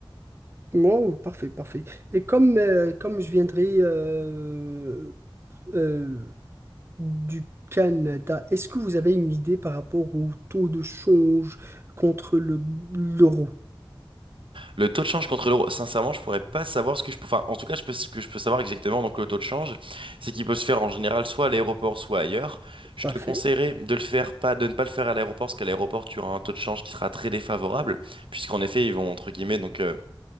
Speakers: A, on the right; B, on the right.
A: Bon, parfait, parfait. Et comme, euh, comme je viendrai euh, euh, du Canada, est-ce que vous avez une idée par rapport au taux de change contre le, l'euro?
B: Le taux de change contre l'euro, sincèrement, je pourrais pas savoir ce que je peux. Enfin, en tout cas, je peux, ce que je peux savoir exactement. Donc, le taux de change, c'est qu'il peut se faire en général soit à l'aéroport, soit ailleurs. Je
A: Parfait,
B: te conseillerais de le faire pas, de ne pas le faire à l'aéroport, parce qu'à l'aéroport, tu auras un taux de change qui sera très défavorable, puisqu'en effet, ils vont entre guillemets donc euh,